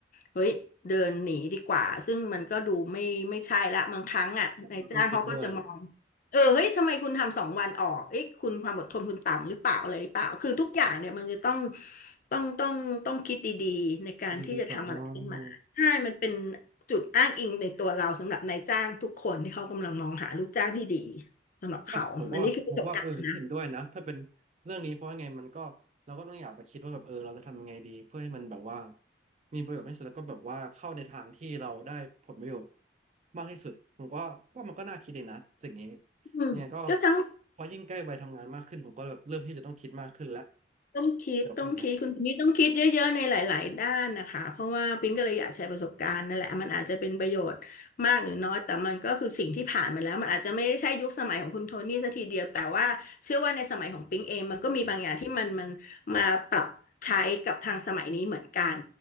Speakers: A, on the left (about 45°); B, on the right (about 40°).
A: เฮ้ยเดินหนีดีกว่าซึ่งมันก็ดูไม่ไม่ใช่ละบางครั้งอ่ะนายจ้างเขาก็จะมอง
B: เราต้องคิดด้วย
A: เออเฮ้ยทำไมคุณทำสองวันออกเอ้ยคุณความอดทนคุณต่ำหรือเปล่าอะไรหรือเปล่าคือทุกอย่างเนี่ยมันจะต้องต้องต้องต้องคิดดีๆในการที่จะทำอะไรขึ้นมาใช่มันเป็น
B: คิดดีๆก่อนอ๋อ
A: จุดอ้างอิงในตัวเราสำหรับนายจ้างทุกคนที่เขากำลังมองหาลูกจ้างที่ดีสำหรับเขาอันนี้คือประสบการณ์นะ
B: ว่าผมก็ผมว่าเออเห็นด้วยนะถ้าเป็นเรื่องนี้เพราะว่าไงมันก็เราก็ต้องอยากไปคิดว่าแบบเออเราจะทำยังไงดีเพื่อให้มันแบบว่ามีประโยชน์ที่สุดแล้วก็แบบว่าเข้าในทางที่เราได้ผลประโยชน์มากที่สุดผมว่าว่ามันก็น่าคิดเลยนะสิ่งนี้
A: อืมก็ทั้ง
B: เนี่ยก็พอยิ่งใกล้วัยทำงานมากขึ้นผมก็แบบเริ่มที่จะต้องคิดมากขึ้นแล้ว
A: ต้องคิดต้องคิดคุณนี่ต้องคิดเยอะๆในหลายๆด้านนะคะเพราะว่าปิ๊งก็เลยอยากแชร์ประสบการณ์นั่นแหละมันอาจจะเป็นประโยชน์มากหรือน้อยแต่มันก็คือสิ่งที่ผ่านมาแล้วมันอาจจะไม่ได้ใช่ยุคสมัยของคุณโทนี่ซะทีเดียวแต่ว่าเชื่อว่าในสมัยของปิ๊งเองมันก็มีบางอย่างที่มันมันมาปรับใช้กับทางสมัยนี้เหมือนกัน
B: เกี่ยวกับพวกเนี้ย